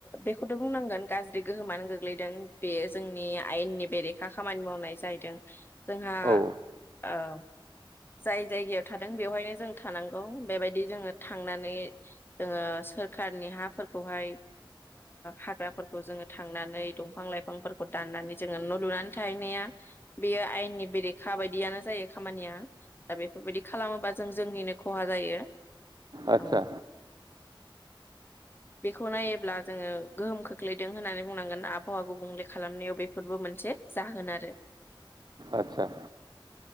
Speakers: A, on the left (about 25°); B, on the right (about 50°).
A: बेखौथ बुंनांगोन गाज्रि गोहोमानो गोग्लैदों बे जोंनि आयेननि बेरेखा खामानि मावनाय जाहैदों जोंहा
B: औ
A: ओ जाय जायगायाव थादों बेवहायनो जों थानांगौ बेबायदि जोङो थांनानै जोङो सोरखार नि हाफोरखौहाय हाग्राफोरखौ जोङो थांनानै दंफां लाइफांफोरखौ दाननानै जोङो न लुनानै थाहैनाया बेयो आयेननि बेरेखा बायदियानो जायो खामानिया दा बेफोरबायदि खालामोबा जों जोंनिनो खहा जायो।
B: आतसा
A: औ बेखौ नायोब्ला जोङो गोहोम खोख्लैदों होननानै बुंनांगोन आबहावा गुबुंले खालामनायाव बेफोरबो मोनसे जाहोन आरो
B: आतसा